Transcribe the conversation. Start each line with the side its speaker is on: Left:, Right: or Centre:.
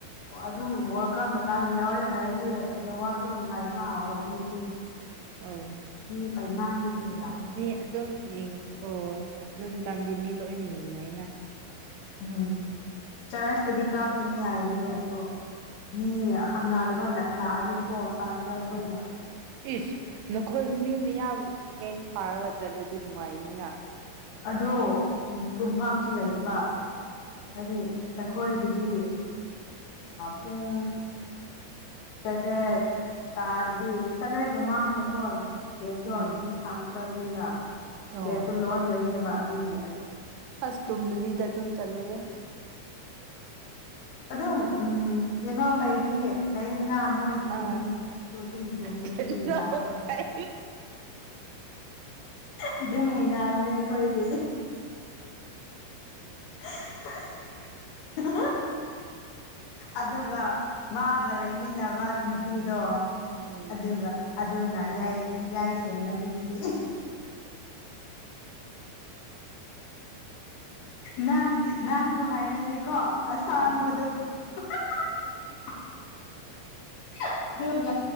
Left: ꯑꯣ ꯑꯗꯨꯝ ꯋꯥꯔꯀ ꯃꯇꯥꯡ ꯌꯥꯎꯔꯦ ꯍꯥꯏꯔꯗꯤ ꯅꯦꯠꯋꯥꯛꯇꯣ ꯅꯨꯡꯉꯥꯏꯕ ꯍꯧꯥꯎꯔꯒꯅꯤ ꯑꯗꯨ <unintelligible>
Right: ꯑ
Left: ꯃꯤ ꯄꯥꯏꯃꯥꯟꯕꯒꯤ ꯑꯣꯏꯔꯝꯃ
Right: ꯃꯤ ꯑꯗꯨꯝꯡ ꯑꯣ ꯑꯗꯨꯝ ꯇꯝꯗꯤ ꯃꯤ ꯂꯣꯏꯅ ꯌꯦꯡꯅꯩꯩꯅ
Left: ꯎꯝ ꯆꯔꯖꯇꯗꯤ ꯀꯥꯞꯀꯅꯤ ꯍꯥꯏꯕꯅꯦ ꯑꯗ ꯃꯤ ꯍꯪꯅꯗꯨꯕ ꯂꯥꯛꯑꯗꯤꯀꯣ ꯇꯥꯟꯕ ꯑꯩꯈꯣꯏꯅ
Right: ꯎꯝ ꯏꯁ ꯅꯈꯣꯏ ꯃꯤ ꯃꯌꯥꯝ ꯀꯌꯦ ꯐꯥꯔꯒ ꯆꯠꯂꯨꯗꯤ ꯅꯨꯡꯉꯥꯏꯅꯤꯅ
Left: ꯑꯗꯣ ꯎꯝ ꯇꯨꯝꯐꯥꯝꯁꯨ ꯂꯩꯗꯕ ꯍꯥꯏꯗꯤ ꯑꯩꯈꯣꯏꯗꯨꯗꯤ ꯄꯨꯡ ꯇꯔꯦꯠ ꯇꯥꯔꯗꯤ ꯇꯔꯦꯠ ꯃꯃꯥꯡꯗꯀꯣ ꯒꯦꯠꯇꯣꯤ
Right: ꯎꯝ
Left: ꯊꯝꯈ꯭ꯔꯕꯅꯤꯕ
Right: ꯑꯣ
Left: ꯒꯦꯠꯇꯨ ꯂꯣꯟꯟꯗꯣꯏꯅꯦꯕ ꯑꯗꯨꯒꯤ
Right: ꯑꯁ ꯇꯨꯝꯗꯨꯕꯤꯗ ꯑꯗꯨꯝ ꯆꯠꯂꯒ
Left: ꯑꯗꯨꯝ ꯎꯝ ꯀꯩꯅꯣ ꯄꯥꯏꯕꯤ ꯂꯩꯗꯅ ꯃꯣꯏ
Right: ꯑꯥ
Left: ꯌꯨꯝꯗꯗꯤꯁꯨ ꯑꯗꯨꯝ ꯇꯣꯝꯕꯁꯨ
Right: ꯀꯩꯅꯣ
Left: ꯌꯥꯕꯅꯤ
Right: ꯐꯥꯏ
Left: ꯑꯗꯨꯝ ꯍꯕꯅꯦ ꯑꯩꯈꯣꯏꯗꯤ <unintelligible> ꯑꯗꯨꯒ ꯃꯥꯒ ꯂꯩꯃꯤꯟꯅꯕ ꯅꯨꯄꯤꯗꯣ
Right: ꯎꯝ
Left: ꯑꯗꯨꯒ ꯑꯗꯨꯅ ꯌꯥꯏ- ꯌꯥꯏꯁꯦꯃꯕ ꯅꯨꯨꯄꯤ ꯅꯪ ꯅꯪꯕꯨ ꯍꯥꯏꯔꯗꯤꯀꯣ ꯑꯁꯥꯡꯕꯗꯣ
Right: ꯑꯥ
Left: <unintelligible> ꯑꯗꯨꯒ